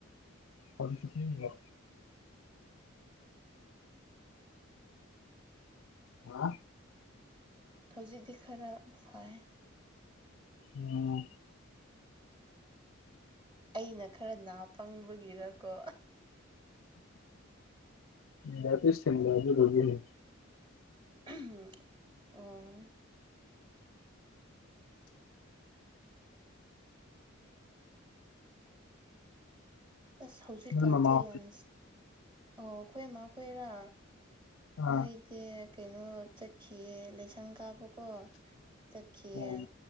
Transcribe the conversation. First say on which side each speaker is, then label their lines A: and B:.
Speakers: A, on the left; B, on the right.
A: ꯍꯧꯖꯤꯁꯨꯤ ꯑ
B: ꯍꯧꯖꯤꯛꯇꯤ ꯈꯔ ꯐꯩ
A: ꯑꯣ
B: ꯑꯩꯅ ꯈꯔ ꯅꯥ ꯄꯪꯕꯒꯤꯔꯀꯣ
A: ꯌꯥꯄꯤ ꯊꯟꯗ ꯑꯗꯨ ꯂꯒꯅꯤ
B: ꯑꯣ ꯑꯁ ꯍꯧꯖꯤꯛꯀꯥꯟꯁꯦ
A: ꯅꯣꯏ ꯃꯃꯥ ꯍꯣꯏ
B: ꯌꯥꯝ ꯑꯣ ꯑꯩꯣꯏ ꯑꯃ ꯈꯣꯏꯔꯥ
A: ꯑꯥ
B: ꯃꯣꯏꯁꯦ ꯀꯩꯅꯣ ꯆꯠꯈꯤꯑꯁ ꯁꯪꯒꯥꯥꯕꯨꯀꯣ ꯆꯠꯈꯤꯌꯦ
A: ꯑꯣ